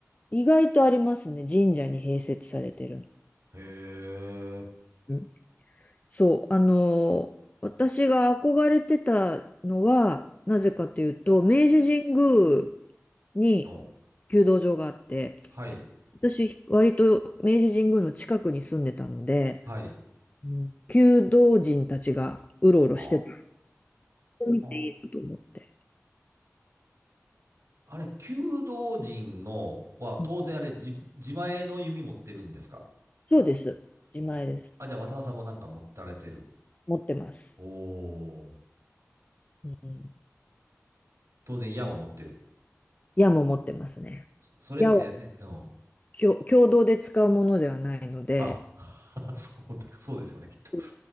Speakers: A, on the left; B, on the right.
A: 意外とありますね。神社に併設されてるの。
B: へえ。
A: うんそう、あのー私が憧れてたのは、なぜかというと、明治神宮に
B: うん。
A: 弓道場があって、
B: はい。
A: 私、割と明治神宮の近くに住んでたので、
B: はい。
A: うん弓道人たちがうろうろしてて、
B: あ
A: 見ていいなと思って。
B: あ。あれ、弓道陣のは、当然あれ自、
A: うん
B: 自前の弓持ってるんですか
A: そうです。自前です。
B: あ、じゃあ渡田さんもなんか持たれてる。
A: 持ってます。
B: おー。
A: うん。
B: 当然矢も持ってる。
A: 矢も持ってますね。
B: そそれってね、
A: 矢は
B: うん。
A: 共共同で使うものではないので、
B: あ、<laughs> そうだ、そうですよね、きっと。
A: うん